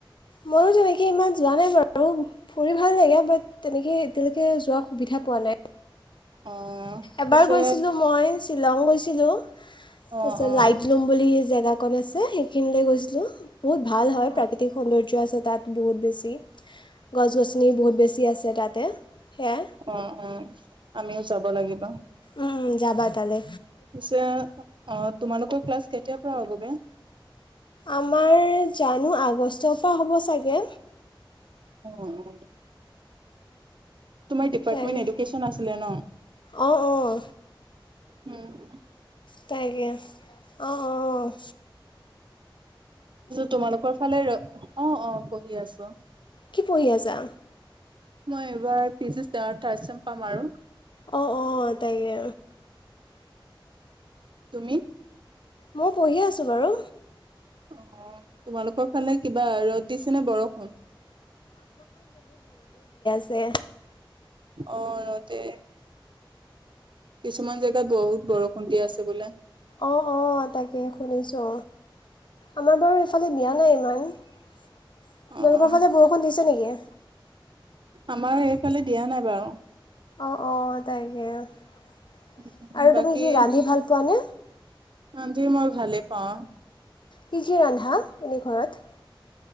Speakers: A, on the left; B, on the right.
A: ময়ো তেনেকে ইমান যোৱা নাই বাৰু। আৰু ফুৰি ভাল লাগে বাট তেনেকে এতিয়ালৈকে যোৱাৰ সুবিধা পোৱা নাই।
B: অ'
A: এবাৰ
B: পিছে
A: গৈছিলো মই শ্বিলং গৈছিলো তাৰপিছত
B: অ' অ'
A: লাইট লোম বুলি জেগা কন আছে সেইখিনিলে গৈছিলো বহুত ভাল হয়
B: অ'
A: প্ৰাকৃতিক সৌন্দৰ্য আছে তাত বহুত বেছি গছ গছনি বহুত বেছি আছে তাতে। সেয়াই
B: অ উম আমিও যাব লাগিব।
A: উম যাবা তালে।
B: পিছে অ তোমালোকৰ ক্লাছ কেতিয়াৰ পৰা হ'ব গে।
A: আমাৰ জানো আগষ্টৰ পৰা হ'ব চাগে।
B: <unintelligible> তোমাৰ ডিপাৰ্টমেন্ট
A: তাকে
B: এডুকেচন আছিলে ন?
A: অঁ অঁ
B: হুম।
A: তাকে অ'অ'অ'
B: তোমালোকৰ ফালে অ অ পঢ়ি আছো।
A: কি পঢ়ি আছা?
B: মই এইবাৰ পিজি ষ্টাৰ থাৰ্ড চেম পাম আৰু।
A: অ অ তাকে
B: তুমি
A: মই পঢ়িয়ে আছোঁ বাৰু
B: অ তোমালোকৰ ফালে কিবা ৰ'দ দিছে নে বৰষুণ?
A: যে
B: অ ৰদে কিছুমান জেগাত বহুত বৰষুণ দি আছে বোলে
A: অ অ তাকে শুনিছো। আমাৰ বাৰু এইফালে দিয়া নাই। তোমালোকৰ
B: অ অ
A: ফালে বৰষুণ দিছে নেকি?
B: আমাৰ সেইফালে দিয়া নাই বাৰু।
A: অঁ অঁ তাকে আৰু
B: উ বাকী
A: তুমি কি ৰান্ধি ভাল পোৱানে?
B: ৰান্ধি মই ভালে পাওঁ।
A: কি কি ৰান্ধা এনে ঘৰত?